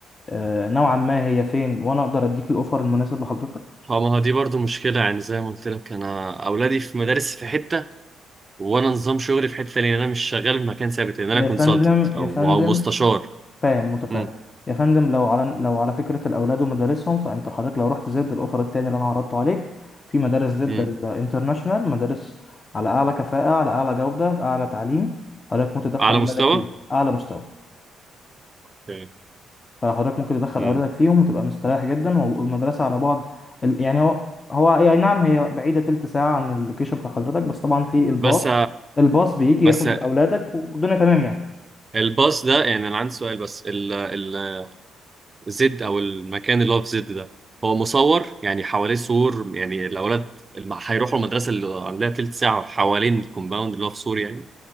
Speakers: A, on the left; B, on the right.
A: آه، نوعا ما هي فين وانا اقدر اديك الاوفر المناسب لحضرتك
B: اه ما هو دي برضو مشكلة يعني زي ما قلت لك أنا أولادي في مدارس في حتة وأنا نظام شغلي في حتة تانية لأن أنا مش شغال في مكان ثابت لأن أنا
A: يا
B: كونسلتنت
A: فندم
B: أو
A: يا فندم
B: أو مستشار
A: فاهم متفاهم
B: امم
A: يا فندم لو على لو على فكره الاولاد ومدارسهم فانت حضرتك لو رحت زد الاوفر التاني اللي انا عرضته عليك في مدارس زد
B: امم
A: الانترناشونال مدارس على اعلى كفاءه على اعلى جوده اعلى تعليم حضرتك متدخل
B: أعلى مستوى
A: ولادك فيه اعلى مستوى
B: اوكي
A: فحضرتك ممكن تدخل
B: امم
A: أولادك فيهم وتبقى مستريح جدا والمدرسة على بعد ال- يعني هو هو أي نعم هي بعيدة تلت ساعة عن اللوكيشن بتاع حضرتك بس طبعا في الباص
B: بس
A: الباص بيجي
B: بس
A: ياخد أولادك والدنيا تمام يعني
B: الباص ده يعني أنا عندي سؤال بس ال ال زد أو المكان اللي هو في زد ده هو مصور يعني حواليه سور يعني الأولاد الم- هيروحوا المدرسة اللي عليها تلت ساعة حوالين الكومباوند اللي هو في سور يعني